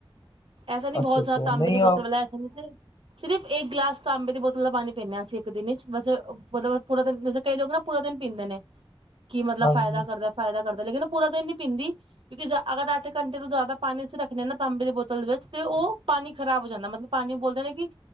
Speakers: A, on the right; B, on the left.
A: ਐਸਾ ਨੀ
B: ਅੱਛਾ-ਅੱਛਾ
A: ਬਹੁਤ ਸਿਆਰਦਾ ਤਾਂਬੇ
B: ਨਹੀਂ
A: ਦੀ
B: ਆ
A: ਬੋਤਲ ਵਾਲਾ ਐਸਾ ਨੀ ਸੀ ਸਿਰਫ ਇੱਕ ਗਲਾਸ ਤਾਂ ਅੰਬੇ ਦੀ ਬੋਤਲ ਦਾ ਪਾਣੀ ਪੀਦੇ ਹਾਂਸੀਂ ਇੱਕ ਦਿਨ ਵਿਚ ਬੈਸ ਮਤਲਬ ਪੂਰਾ ਦਿਨ ਜੈਸੇ ਕਈ ਲੋਕ ਨਾ ਪੂਰਾ ਦਿਨ ਪੀਂਦੇ ਨੇ ਕੀ ਮਤਲਬ
B: ਹਾਂਜੀ,
A: ਫਾਇਦਾ ਕਰਦਾ ਫਾਇਦਾ ਕਰਦਾ ਲੇਕਿਨ ਉਹ ਪੂਰਾ ਦਿਨ ਨੀ ਪੀਂਦੀ ਕਿਉਂਕਿ ਅਗਰ ਅੱਠ ਘੰਟੇ ਤੋਂ ਜ਼ਿਆਦਾ ਪਾਣੀ ਅਸੀਂ ਰੱਖਣੇ ਹਾਂ ਨਾ ਤਾਂਬੇ ਦੀ ਬੋਤਲ ਦੇ ਵਿੱਚ ਤੇ ਉਹ ਪਾਣੀ ਖ਼ਰਾਬ ਹੋ ਜਾਂਦਾ ਮਤਲਬ ਪਾਣੀ ਬੋਲਦੇ ਨੇ ਕਿ